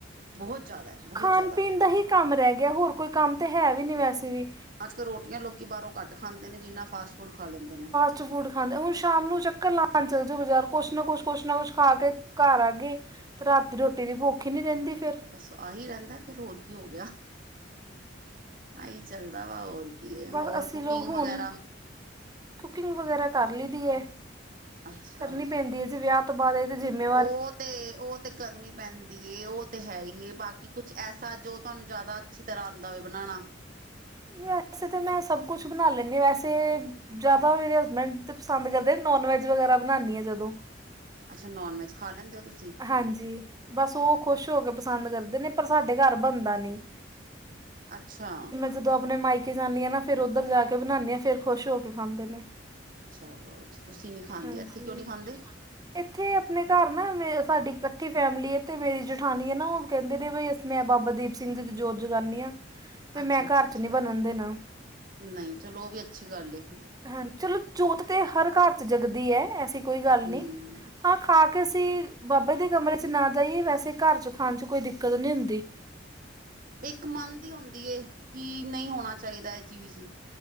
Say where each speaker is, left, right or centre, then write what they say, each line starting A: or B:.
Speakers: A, on the right; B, on the right.
A: ਬਹੁਤ ਜ਼ਿਆਦਾ ਹੈ ਬਹੁਤ
B: ਖਾਣ
A: ਜ਼ਿਆਦਾ
B: ਪੀਣ ਦਾ ਈ ਕੰਮ ਰੈ ਗਿਆ ਹੋਰ ਕੋਈ ਕੰਮ ਤੇ ਹੈ ਵੀ ਨੀ ਵੈਸੇ ਵੀ
A: ਅੱਜ ਕੱਲ੍ਹ ਰੋਟੀਆਂ ਲੋਕੀ ਬਾਹਰੋਂ ਘੱਟ ਖਾਂਦੇ ਨੇ ਜਿੰਨਾ ਫਾਸਟ ਫੂਡ ਖਾ ਲੈਂਦੇ ਨੇ
B: ਸਟ ਫੂਡ ਖਾਂਦੇ ਹੁਣ ਸ਼ਾਮ ਨੂੰ ਚੱਕਰ ਲਾਣ ਚੱਲ ਜੋ ਬਜ਼ਾਰ ਕੁੱਛ ਨਾ ਕੁੱਛ ਕੁੱਛ ਨਾ ਕੁੱਛ ਖਾ ਕੇ ਘਰ ਆ ਗੇ ਤੇ ਰਾਤ ਦੀ ਰੋਟੀ ਦੀ ਭੁੱਖ ਈ ਨੀ ਰਹਿੰਦੀ ਫੇਰ
A: ਬਸ ਆਹੀ ਰਹਿੰਦੈ ਫੇਰ ਹੋਰ ਕੀ ਹੋ ਗਿਆ ਆਹੀ ਚੱਲਦਾ ਵਾ ਹੋਰ ਕੀ ਹੈ
B: ਬਸ
A: ਹੋਰ
B: ਅੱਸੀ
A: ਕੁਕਿੰਗ
B: ਲੋਗ ਹੁਣ
A: ਵਗੈਰਾ
B: ਕੁਕਿੰਗ ਵਗੈਰਾ ਕਰ ਲਈ ਦੀ ਏ,
A: ਅੱਛਾ
B: ਕਰਨੀ ਪੈਂਦੀ ਏ ਜੀ ਵਿਆਹ ਬਾਦ ਐਦੇ ਜਿੰਮੇਂ
A: ਉਹ ਤੇ ਉਹ ਤੇ ਕਰਨੀ ਪੈਂਦੀ ਏ ਉਹ ਤੇ ਹੈ ਹੀ ਏ ਬਾਕੀ ਕੁੱਛ ਐਸ ਸਾ ਜੋ ਤੁਹਾਨੂੰ ਜਾਦਾ ਅੱਛੀ ਤਰ੍ਹਾਂ ਆਦਾਂ ਹੋਵੇ ਬਣਾਣਾ
B: ਨਈ ਵੈਸੇ ਤੇ ਮੈਂ ਸਭ ਕੁੱਛ ਬਣਾ ਲੈਂਣੀ ਆਂ ਵੈਸੇ ਜਾਦਾ ਮੇਰੇ ਹਸਬੈਂਡ ਤੇ ਪਸੰਦ ਕਰਦੇ ਨੋਨ ਵੈਜ ਵਗੈਰਾ ਬਣਾਂਨੀ ਆ ਜਦੋਂ
A: ਅੱਛਾ ਨੋਨ ਵੈਜ ਖਾ ਲੈਂਦੇ ਹੋ ਤੁਸੀਂ
B: ਹਾਂਜੀ ਬਸ ਉਹ ਖੁਸ਼ ਹੋ ਕੇ ਪਸੰਦ ਕਰਦੇ ਨੇ ਪਰ ਸਾਡੇ ਘਰ ਬਣਦਾ ਨੀ।
A: ਅੱਛਾ
B: ਜਦੋਂ ਆਪਣੇ ਮਾਈਕੇ ਜਾਂਣੀ ਆਂ ਨਾ ਫੇਰ ਉੱਧਰ ਜਾ ਕੇ ਬਣਾਂਣੀ ਆਂ ਫੇਰ ਖੁਸ਼ ਹੋ ਕੇ ਖਾਂਦੇ ਨੇ।
A: ਚਲੋ ਅੱਛ ਤੁਸੀਂ ਨੀ ਖਾਂਦੇ,
B: ਹਾਂਜੀ
A: ਇੱਥੇ ਕਿਉਂ ਨੀ ਖਾਂਦੇ?
B: ਇੱਥੇ ਅਪਨੇ ਕਾਰ ਨਾ ਮੇ ਸਾਡੀ ਕੱਠੀ ਫੈਮਿਲੀ ਏ ਤੇ ਮੇਰੀ ਜਠਾਨੀ ਐ ਨਾ ਉਹ ਕੇਂਦੇ ਨੇ ਬਈ ਅਸੀ ਮੈਂ ਬਾਬਾ ਦੀਪ ਸਿੰਘ ਜੀ ਦੀ ਜੋੋਤ ਜਗਾਨੀ ਆ। ਵੀ
A: ਅੱਛਾ-ਅੱਛਾ,
B: ਮੈਂ ਘਰ
A: ਅੱਛਾ
B: 'ਚ ਨਹੀਂ ਬਣਨ ਦੇਣਾ
A: ਨਹੀੲ ਚਲੋ ਉਹ ਵੀ ਅੱਛੀ ਗੱਲ ਏ।
B: ਹਾਂ ਚਲੋ ਜੋਤ ਤੇ ਹਰ ਕਾਰ ਚ ਜਗਦੀ ਐ ਐਸੀ ਕੋਈ ਗੱਲ
A: ਹਮ
B: ਨੀ। ਹਾਂ ਖਾ ਕੇ ਅਸੀਂ ਬਾਬੇ ਦੇ ਕਮਰੇ ਚ ਨਾ ਜਾਈਏ ਵੈਸੇ ਕਾਰ ਚ ਖਾਣ ਚ ਕੋਈ ਦਿੱਕਤ ਨੀ ਹੁੰਦੀ।
A: ਇੱਕ ਮਨ ਦੀ ਹੁੰਦੀ ਏ ਕਿ ਨਈ ਹੋਣਾ ਚਾਈਦਾ ਇਹ ਚੀਜ਼।